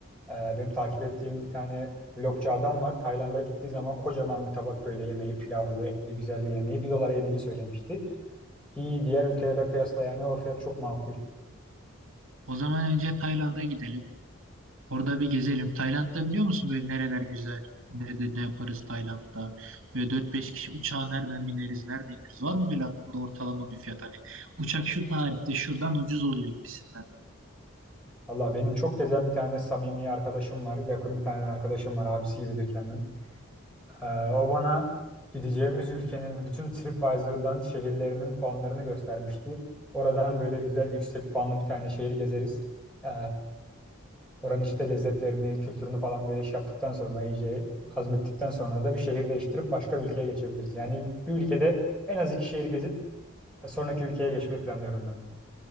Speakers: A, in the centre; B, on the right (about 75°).
A: e, benim takip ettiğim bir tane vlogcu adam var. Tayland'a gittiği zaman kocaman bir tabak böyle yemeği, pilavlı, etli güzel bir yemeği bir dolara yediğini söylemişti. Ki diğer ülkelere kıyasla yani o fiyat çok makul.
B: O zaman önce Tayland'a gidelim. Orada bir gezelim. Tayland'da biliyor musun böyle nereler güzel? Nerede ne yaparız Tayland'da? Böyle dört beş kişi uçağa nereden bineriz, nerede ineriz? Var mı böyle aklında ortalama bir fiyat? Hani uçak şu tarihte şuradan ucuz oluyor gibisinden.
A: Valla benim çok gezen bir tane samimi arkadaşım var. Yakın bir tane arkadaşım var. Abisi gibidir kendim. Ee, o bana gideceğimiz ülkenin bütün TripAdvisor'dan şehirlerinin puanlarını göstermişti. Oradan böyle güzel yüksek puanlı bir tane şehri gezeriz. Ee, oranın işte lezzetlerini, kültürünü falan böyle şey yaptıktan sonra iyice hazmettikten sonra da bir şehir değiştirip başka bir ülkeye geçebiliriz. Yani bir ülkede en az iki şehir gezip e, sonraki ülkeye geçmeyi planlıyorum ben.